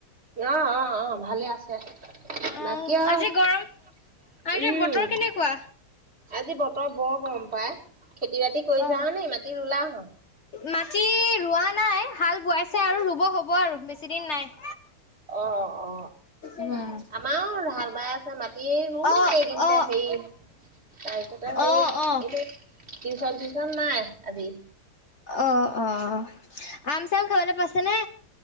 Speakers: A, on the right; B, on the left.
A: অ- অ - অ ভালে আছে।
B: অ
A: বাকী আৰু
B: আজি গৰম আজি
A: উম,
B: বতৰ কেনেকুৱা?
A: আজি বতৰ ৰ বৰ গম পাই খেতি বাতি কৰিছা
B: অ
A: হ নে মাটি ৰুলাও হা
B: মাটি ৰোৱা নাই হাল বোৱাইছে আৰু ৰুব হ'ব আৰু বেছিদিন নাই।
A: অ - অ - অ
B: উম।
A: আমাৰ ঢাল বাই আছে মাটি এ ৰুম
B: অ
A: হোগিন্ত
B: অ
A: সেই। তাৰপিছতে হেৰি
B: অ অ
A: এনে টিউচন চিউচন নাই আজি।
B: অ- অ আম চাম খাবলৈ পাইছে নে?